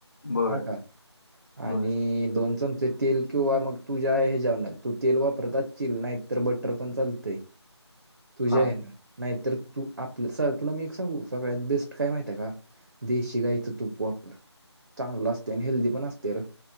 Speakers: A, on the left; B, on the right.
A: बर
B: हा का
A: बर
B: आणि दोन चमचे तेल किंवा मग तुझ्या हेज्यानं तू तेल वापरत चील नाहीत तर बटर पण चालतंय तुझ्या
A: हा
B: आहे ना नाहीतर तू आपलं स तुला मी एक सांगू सगळ्यात बेस्ट काय माहित आहे का देशी गायचं तूप वापर चांगलं असतय आणि हेल्दी पण असतय र